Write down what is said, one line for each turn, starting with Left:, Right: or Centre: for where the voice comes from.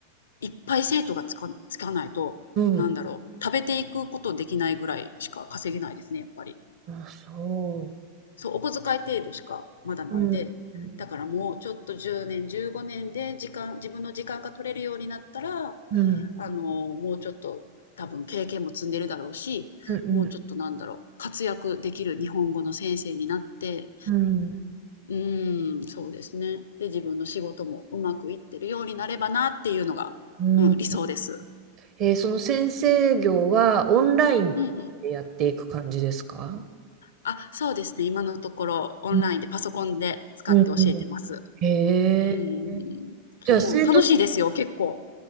Left: いっぱい生徒がつか、つかないと、
Right: うん。
Left: なんだろう、食べていくことできないぐらいしか稼げないですね、やっぱり。
Right: あ、そ
Left: そう、お小遣い程度しかまだなんで、
Right: ううん。うん。
Left: だからもうちょっと10年、15年で時間、自分の時間が取れるようになったら、
Right: うん
Left: あの、もうちょっと多分経験も積んでるだろうし、
Right: うん
Left: もうちょっとなんだろう、活躍できる日本語の先生になって、
Right: うん
Left: うーん、そうですね。で、自分の仕事もうまくいってるようになればなっていうのが、
Right: うん。
Left: うん、理想です。
Right: えーその先生業はオンラインでやっていく感じですか
Left: うんうん。あ、そうですね。今のところオンラインでパソコンで使って教えてます。
Right: うんうんうんへえ。
Left: うん。そう、
Right: じゃあ生徒、
Left: 楽しいですよ、結構。